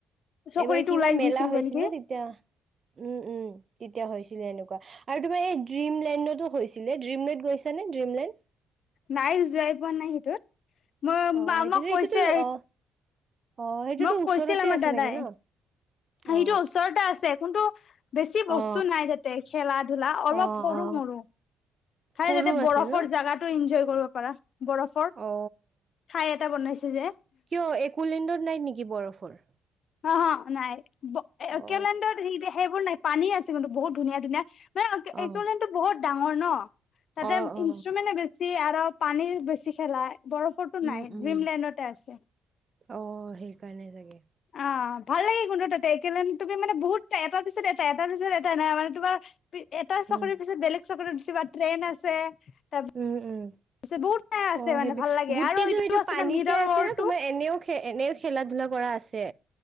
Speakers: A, on the left; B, on the right.
A: চকৰিটো
B: এইবাৰ কিবা
A: ওলাই
B: মেলা
A: গৈছিল
B: হৈছিল
A: গৈ নেকি
B: ন তেতিয়া উম উম তেতিয়া হৈ হৈছে গিলে এনেকুৱা আৰু তোমাৰ এই ড্ৰীমলেণ্ডো হৈছিলে ডিমলেড গৈছ নে ডিমলেণ্ড
A: নাই যাই পোৱা নাই সিটোত মই
B: অ
A: মা
B: সেইটোতো
A: মোক
B: সেইটোতো
A: কৈছে
B: অ অ সেইটোতো
A: মোক
B: ওচৰতে
A: কৈছিলে মোৰ
B: আছে
A: দাদাই।
B: চাগে ন
A: সেইটো
B: অ
A: ওচৰতে আছে কোনটো বেছি বস্তু
B: অ
A: নাই তাতে খেলা ধূলা অলপ
B: অ
A: সৰু
B: অ
A: মৰু খাই
B: সৰু
A: যাতে বৰফৰ
B: আছে ন
A: জাগাতটো এনজয় কৰিব পাৰা বৰফৰ
B: অ
A: ঠাই এটা বনাইছে। যে
B: কিয় একোলেণ্ডত নাই নেকি বৰফৰ।
A: অ অ নাই একেলেণ্ডত
B: অ
A: সেইবোৰ নাই পানী আছে কিন্তু বহুত ধুনীয়া ধুনীয়া মানে
B: অ
A: একোলেণ্ডটো বহুত ডাঙৰ ন তাতে
B: অ অ
A: ইনষ্ট্ৰুমেণ্টে বেছি আৰু পানী বেছি খেলা বৰফতো
B: উম
A: নাই
B: উম
A: ড্ৰীমলেণ্ডতে আছে
B: অ সেইকাৰনে চাগে
A: অ ভাল লাগে কোনটো তাতে তুমি মানে বহুত এটা পিছত এটা এটা পিছত এটা নাই মানে তোমাৰ এটা চাকৰিৰ
B: উম
A: পিছত বেলেগ চাকৰি কিবা ট্ৰেইন আছে। তাৰপিছত
B: উম উম
A: বহুত ঠাই আছে
B: অ
A: মানে
B: সেইটো
A: ভাল লাগে
B: গুটিটো
A: আৰু এইটো
B: সেইটো
A: আছে
B: পানীতে
A: ন মিৰৰ
B: আছে
A: ৱৰ্ল্ডটো
B: না তোমাৰ এনেও খে এনেও খেলা ধূলা না কৰা আছে